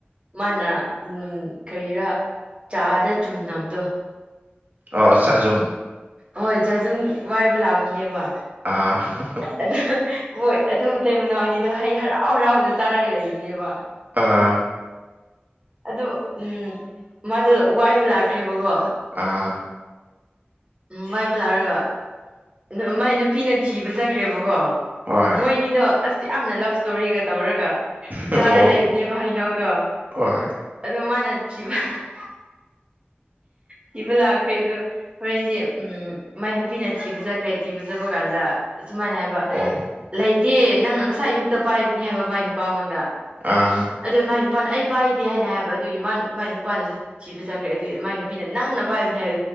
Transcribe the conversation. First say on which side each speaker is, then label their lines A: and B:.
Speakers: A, on the right; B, on the right.
A: ꯃꯥꯅ ꯎꯝ ꯀꯔꯤꯔꯥ ꯆꯥꯗ ꯆꯨꯝꯅꯕꯗꯣ
B: ꯑ ꯆꯥꯖꯨꯝ
A: ꯍꯣꯏ ꯆꯥꯖꯨꯝ ꯋꯥꯏꯕ ꯂꯥꯛꯄꯅꯦꯕ
B: ꯑꯥ <unintelligible>
A: ꯑꯗꯨ ꯍꯣꯏ ꯑꯗꯨꯕꯨ ꯇꯩ ꯃꯅꯥꯎꯅꯤꯗꯣ ꯍꯩ ꯍꯔꯥꯎ ꯍꯔꯥꯎꯅ ꯆꯥꯔꯒ ꯂꯩꯕꯅꯦꯕ
B: ꯑꯥ
A: ꯑꯗꯣ ꯎꯝ ꯃꯥꯗꯣ ꯋꯥꯏꯕ ꯂꯥꯛꯈ꯭ꯔꯦꯕꯀꯣ
B: ꯑꯥ
A: ꯎꯝ ꯃꯥꯗꯣ ꯂꯥꯛꯑꯒ ꯎꯝ ꯃꯥꯏ ꯅꯨꯄꯤꯅ ꯊꯤꯕ ꯆꯠꯈ꯭ꯔꯦꯕꯀꯣ
B: ꯍꯣꯏ
A: ꯃꯣꯏꯅꯤꯗꯣ ꯑꯁ ꯌꯥꯝꯅ ꯂꯞ ꯏꯁꯇꯣꯔꯤꯒ ꯇꯧꯔꯒ
B: ꯑꯣ
A: ꯆꯥꯔ ꯂꯩꯕꯅꯦꯕ ꯍꯩꯅꯧꯗꯣ
B: ꯍꯣꯏ
A: ꯑꯗꯣ ꯃꯥꯅ ꯊꯤꯕ <unintelligible> ꯊꯤꯕ ꯂꯥꯛꯈ꯭ꯔꯦ ꯑꯗꯣ ꯍꯣꯔꯦꯟꯗꯤ ꯎꯝ ꯃꯥꯏ ꯅꯨꯄꯤꯅ ꯊꯤꯕ ꯆꯠꯈ꯭ꯔꯦ ꯊꯤꯕ ꯆꯠꯄ ꯀꯥꯟꯗ ꯁꯨꯃꯥꯏꯅ ꯍꯥꯏꯕ
B: ꯑꯣ
A: ꯂꯩꯇꯦ ꯅꯪꯅ ꯉꯁꯥꯏ ꯑꯌꯨꯛꯇ ꯄꯥꯏꯕꯅꯦ ꯍꯥꯏꯕ ꯃꯥꯏ ꯅꯨꯄꯥꯉꯣꯟꯗ
B: ꯑꯥ
A: ꯑꯗꯨ ꯃꯥꯏ ꯅꯨꯄꯥꯅ ꯑꯩ ꯄꯥꯏꯗꯦ ꯍꯥꯏꯅ ꯍꯥꯏꯕ ꯑꯗꯨꯒꯤ ꯃꯥ ꯃꯥꯏ ꯅꯨꯄꯥꯅ ꯊꯤꯕꯆꯡꯈ꯭ꯔꯦ ꯑꯗꯨꯏ ꯃꯥꯏ ꯅꯨꯄꯤꯅ ꯅꯪꯅ ꯄꯥꯏꯕꯅꯤ ꯍꯥꯏ